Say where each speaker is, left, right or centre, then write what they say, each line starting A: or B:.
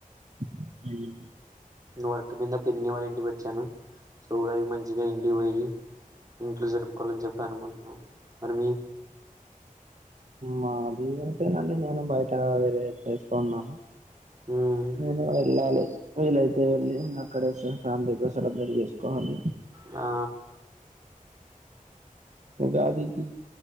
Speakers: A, on the right; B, on the right.
A: మ్
B: వర్క్ కింద పిన్ని వాళ్ళ ఇంటికి వచ్చాను సోగాడికి మంచిగా ఇండి పోయి ఇంట్లో జరుపుకోవాలని చెప్పి అనుకోం ర మరి
A: మాది అంతేనండి నేను బయట వేరే ప్లేసెలో ఉన్నాను
B: హ్మ్.
A: నేను వెళ్ళాలి వీలైతే వెళ్ళి ఇంకా అక్కడే ఫ్యామిలీతో సెలబ్రేట్ చేసుకోవాలి
B: ఆ
A: ఉగాదికి